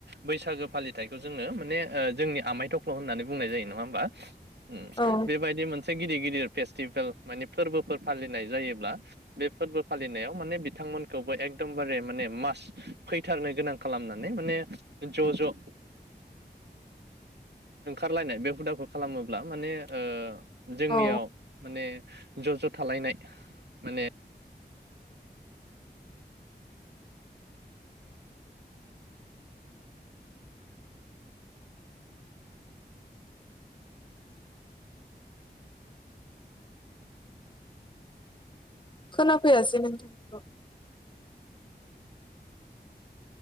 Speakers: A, on the right; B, on the left.
A: बैसागो फालिथायखौ जोङो माने ओ जोंनि आमाइ थख्ल' होननानै बुंनाय जायो नङा होम्बा? उम
B: औ
A: बेबायदि मोन से गिदिर गिदिर फेस्टिभेल माने फोरबोफोर फालिनाय जायोब्ला बे फोरबो फालिनायाव माने बिथांमोनखौबो एकदमबारे माने मास फैथारनो गोनां खालामनानै माने ज' ज' ओंखारलायनाय बे हुदाखौ खालामोब्ला माने ओ जोंनियाव
B: औ
A: माने ज' ज' थालायनाय माने
B: खोनाफैयासै नोंथांखौ